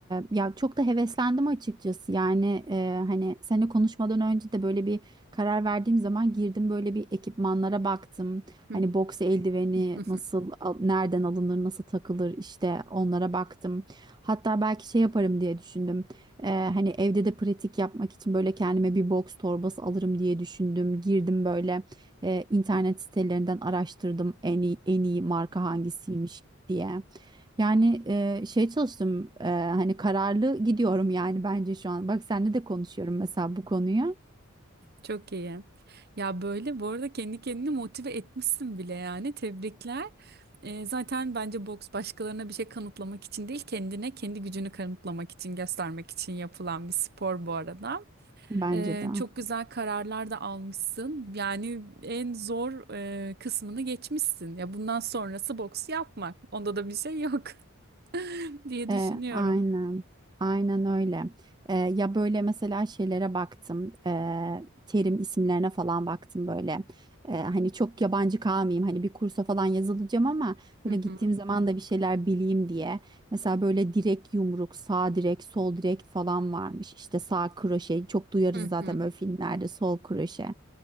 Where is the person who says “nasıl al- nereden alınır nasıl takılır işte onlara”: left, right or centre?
Right